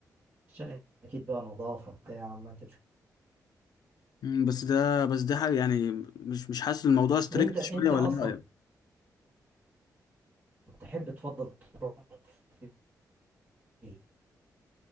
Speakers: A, on the right; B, on the left.
A: عشان اكيد بقى نظافة بتاع ما تف...
B: مم، بس ده بس ده حاجة يعني مش مش حاسس الموضوع ستريكت
A: انت انت
B: شوية ولا
A: اصلا
B: ايه رأيك؟
A: تحب تفضل تروح في إيه؟